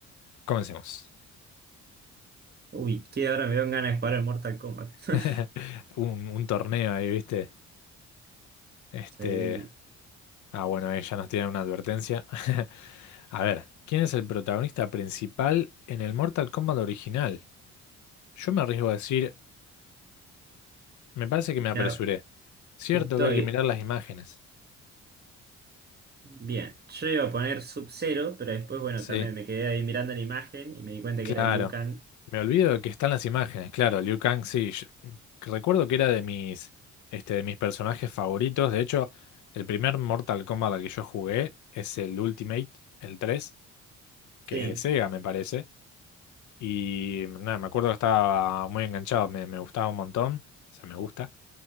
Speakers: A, on the left; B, on the right.
A: Comencemos.
B: Uy, que ahora me dan ganas de jugar al Mortal Kombat. <laughs>
A: <laughs> Un, un torneo ahí, ¿viste? Este.
B: Sí.
A: Ah, bueno, ahí ya nos tiran una advertencia. <laughs> A ver, ¿quién es el protagonista principal en el Mortal Kombat original? Yo me arriesgo a decir, me parece que me apresuré.
B: Mira,
A: Cierto
B: Estoy
A: que hay que mirar las imágenes.
B: Bien, yo iba a poner Sub-Zero, pero después, bueno,
A: Sí,
B: también me quedé ahí mirando la imagen y me di cuenta
A: claro.
B: que era Liu Kang.
A: Me olvido de que están las imágenes, claro, Liu Kang, sí. yo- recuerdo que era de mis, este, de mis personajes favoritos. De hecho, el primer Mortal Kombat al que yo jugué es el Ultimate, el tres.
B: Sí,
A: que es de Sega, me parece. Y nada, me acuerdo que estaba muy enganchado, me, me gustaba un montón, o sea, me gusta.